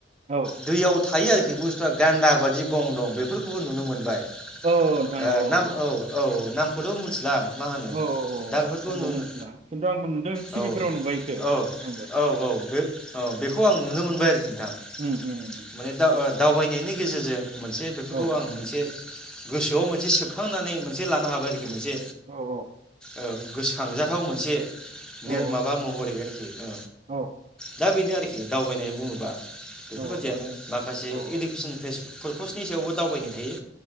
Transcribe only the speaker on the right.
औ
औ औ नोंथां
औ औ
औ औ
औ आंबो
मिथिला खिन्थु आंबो नुदों टिभिफोराव
नुबाय इखो आंबो
उम उम उम
औ
औ औ
औ
औ
औ नोंथां
औ औ